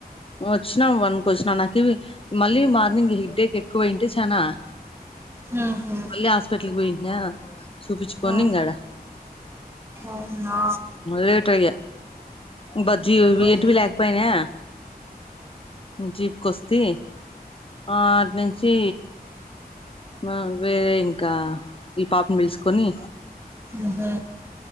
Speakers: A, on the left; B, on the right.
A: వచ్చినాం వన్కి వచ్చినాం నాకివ్వి మళ్ళీ మార్నింగ్ హిడ్డేక్ ఎక్కువయింటే చానా
B: ఉహు
A: మళ్ళీ హాస్పిట్ల్కి పోయింట్నా చూపిచ్చుకోని
B: ఆ
A: ఇంగ ఆడ
B: అవునా
A: లేేట్గ బజ్జీ
B: ఓకే
A: ఇంటివి లేలాగపోనా జీప్కొస్తే ఆ అటి నుంచి మా వేరే ఇంకా ఈ పాపని పెలుచుకొని
B: ఉహు